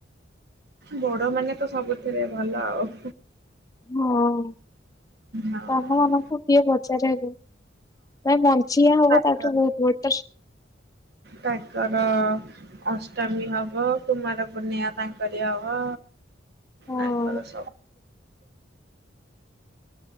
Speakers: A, on the right; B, on the left.
A: ବଡ ମାନେ ତ ସବୁଥିରେ ଭଲ ଆଉ।
B: ହଁସାନ
A: ହଁ
B: ମାନଙ୍କୁ କିଏ ପଚାରେ ଆଗେ। ଏ ମଞ୍ଚଆ ହବ
A: ତାଙ୍କର
B: ତାଠୁ ବହୁତ ବହୁତ ତ
A: ତାଙ୍କର ଅଷ୍ଟମୀ ହବ କୁମାର ପୁର୍ଣିମା ତାଙ୍କରି ହବ।
B: ହଁ।
A: ତାଙ୍କର ସବୁ